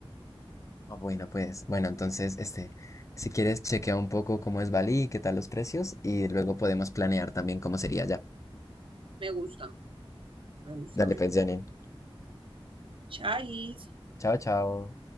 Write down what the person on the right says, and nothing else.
Mm,
Me gusta, me gusta,
me
gusta.
Chais.